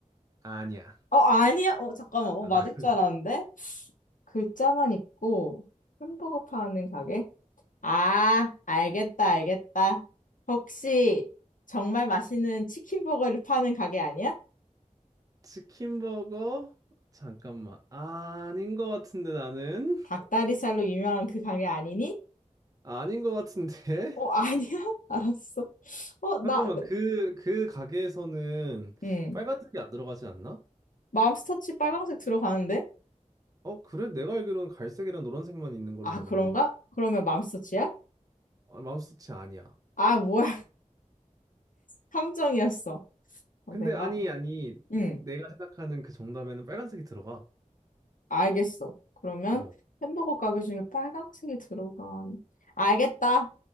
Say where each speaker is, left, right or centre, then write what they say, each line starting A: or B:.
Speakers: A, on the right; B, on the left.
A: 아니야.
B: 어, 아니야? 어, 잠깐만. 어,
A: 아,
B: 맞을 줄
A: <laughs>
B: 알았는데? 글자만 있고 햄버거 파는 가게? 아, 알겠다, 알겠다. 혹시 정말 맛있는 치킨버거를 파는 가게 아니야?
A: 치킨 버거? 잠깐만. 아닌 것 같은데 나는?
B: 닭다리살로 유명한 그 가게 아니니?
A: 아닌 것 같은데? <laughs>
B: 어, 아니야? <laughs> 알았어. 어, 나,
A: 잠깐만 그 그 가게에서는
B: 음
A: 빨간색이 안 들어가지 않나?
B: 맘스터치 빨강색 들어가는데?
A: 어 그래? 내가 알기로는 갈색이랑 노란색만 있는 걸로
B: 아,
A: 알고
B: 그런가?
A: 있는데.
B: 그러면 맘스터치야?
A: 아, 맘스터치 아니야.
B: 아, 뭐야. <laughs> 함정이었어. 어,
A: 근데
B: 내가,
A: 아니 아니
B: 응.
A: 내가 생각하는 그 정답에는 빨간색이 들어가.
B: 알겠어. 그러면
A: 어
B: 햄버거 가게 중에 빨강색이 들어간. 알겠다.